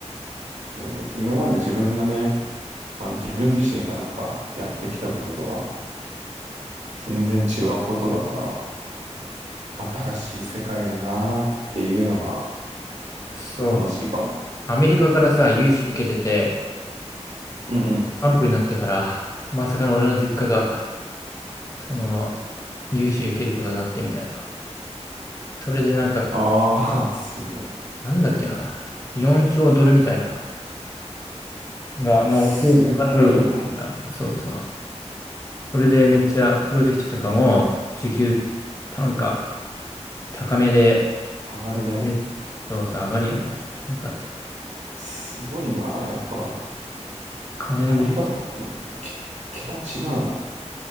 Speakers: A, on the right; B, on the left.
A: そう、今まで自分がね、あの自分自身がなんかやってきたこととは全然違うことだから、新しい世界だなーっていうのは、
B: そう。
A: ちょっと楽しいかも。
B: アメリカからさ、融資受けてて、
A: うんうん。
B: アンプになってから、まさかの俺の実家がその、融資受けることになってみたいな。それでなんかか、
A: ああ、<laughs> すごい。
B: なんだっけな。4兆ドルみたいな、が、の、
A: すごいな。
B: お金が動いてるから。そうそう。それでめっちゃプロジェクトとかも、時給単価高めで、
A: 上がるね。
B: うんそうそう、上がるよね。だから、
A: すごいな。やっぱ、
B: 金の動き、
A: アメリカとかってなんか、け、桁違うんやね。